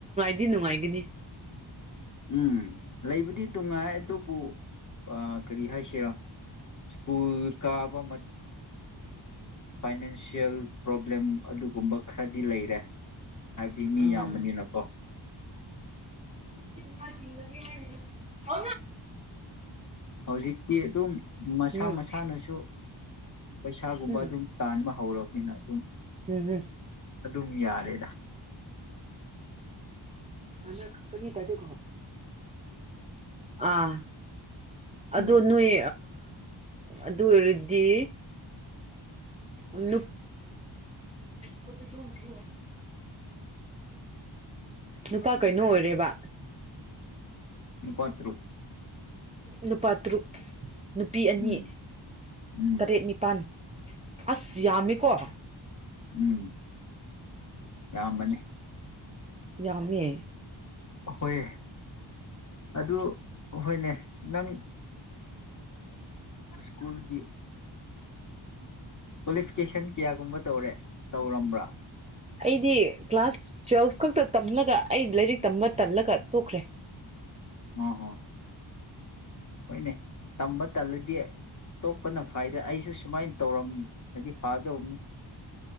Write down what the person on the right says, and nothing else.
ꯑꯗꯨꯗꯤ ꯅꯨꯡꯉꯥꯏꯒꯅꯤ
ꯑꯥ
ꯇꯒꯦ ꯍꯥꯏ
ꯎꯝ
ꯎꯝ
ꯎꯝ ꯎꯝ
ꯁꯥꯟꯅꯛꯀꯅꯤ ꯇꯥꯗꯦꯀꯣ ꯑꯥ
ꯑꯗꯣ ꯅꯣꯏ ꯑꯗꯨ ꯑꯣꯏꯔꯗꯤ ꯅꯨ ꯈꯣꯏꯁꯨꯖꯕꯤ ꯑ ꯑꯄꯥ ꯀꯩꯅꯣ ꯑꯣꯏꯔꯦꯕ
ꯅꯨꯄꯥꯌꯥ ꯅꯨꯄꯤ ꯑꯅꯤ
ꯇꯔꯦꯠ ꯅꯤꯄꯥꯜ ꯑꯁ ꯌꯥꯝꯃꯤꯀꯣ
ꯌꯥꯝꯝꯃꯦ
ꯑꯩꯗꯤ ꯀ꯭ꯂꯥꯁ ꯇ꯭ꯋꯦꯜꯐ ꯈꯛꯇ ꯇꯝꯂꯒ ꯑꯩ ꯂꯥꯏꯔꯤꯛ ꯇꯝꯃ ꯇꯜꯂꯒ ꯇꯣꯛꯈ꯭ꯔꯦ